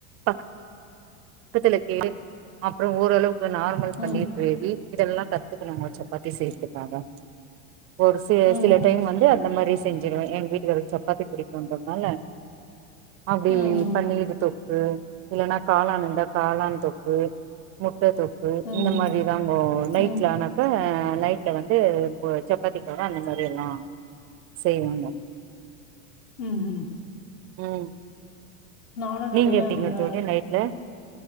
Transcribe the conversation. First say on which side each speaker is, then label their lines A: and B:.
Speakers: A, on the right; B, on the left.
A: ப பக்கத்துல கேட்டு அப்புறோ ஓரளவு வு நார்மல் பன்னீர்
B: ம்
A: கிரேவி இதெல்லா கத்துக்கணுங்க சப்பாத்தி செய்றதுக்காக ஒரு சி
B: ம் ம்
A: சில
B: ம்
A: டைம் வந்து அந்த மாரிஸ் செஞ்சுருவ எங்க வீட்டுக்காரருக்கு சப்பாத்தி புடிக்குன்றதுனால அப்டில்
B: ம் ம்
A: பன்னீர் தொக்கு இல்லன்னா காளான் காளான் தொக்கு முட்ட தொக் கு
B: ம்
A: இந்த மாதிரிதாங்கோ நைட்ல
B: ம்
A: ஆனப்ப நைடில வந்து இப்பே சப்பாத்திகா அந்த மாரி எல்லா செய்வாங்க
B: ம் ம்
A: ம்
B: நானு நெறைய
A: நீங்க எப்டிங்க
B: அந்த
A: தோழி நைட்ல